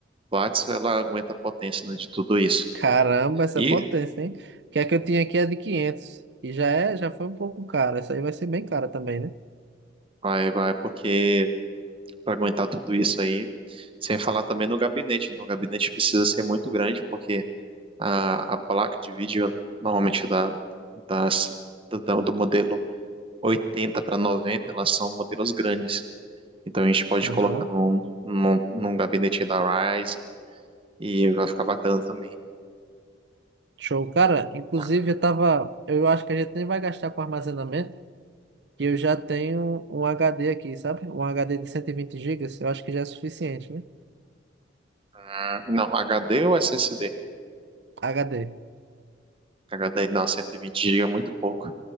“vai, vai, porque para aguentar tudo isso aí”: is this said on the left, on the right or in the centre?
Right